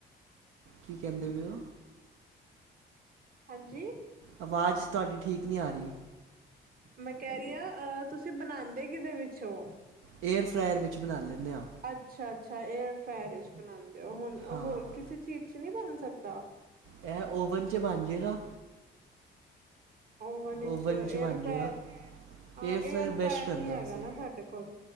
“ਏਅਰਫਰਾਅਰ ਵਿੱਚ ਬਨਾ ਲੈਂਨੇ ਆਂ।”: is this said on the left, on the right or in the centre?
Right